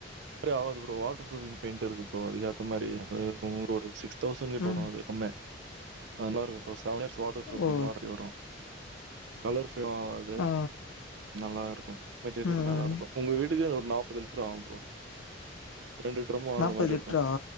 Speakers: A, on the right (about 60°); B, on the left (about 80°).
A: ஆவாது ப்ரோ வாட்டர் பரூப் பெயிண்ட்டுருக்கு ப்ரோ அதுக்கெத்த மாரி அது உங்க ஒரு சிக்ஸ் தௌசண்ட் கிட்ட
B: ம்
A: வரு <unintelligible> அது நல்லாருக்கு செவன் இயர்ஸ் <unintelligible>
B: ஓ
A: வரு கலர் <unintelligible> ஆவாது
B: ஆ
A: நல்லா இருக்கும். மெட்டீரியல்
B: ம்
A: நல்லாருக்கு
B: ம்
A: உங்க வீட் தே ஒரு நாப்பது லிட்டர் ஆவு ப்ரோ ரெண்டு டிரம்மு வாங்குற
B: நாப்பது
A: மாரிருக்கு
B: லிட்ரா